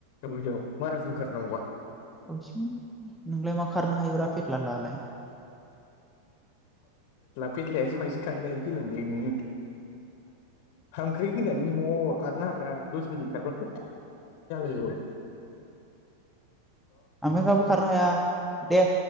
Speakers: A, on the left (about 45°); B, in the centre.
A: दाबादियाव माराथन खारनांगौबा
B: आयसो नोंलाय मा खारनो हायोब्रा फेतला ला लाय
A: बेटलायासो बांसिन खारनो हायो खेला ओमफ्राय हांमख्रें होननानै न खारनो हाग्राङा दस मिनिट खार
B: आङो <unintelligible> खारनो हाया दे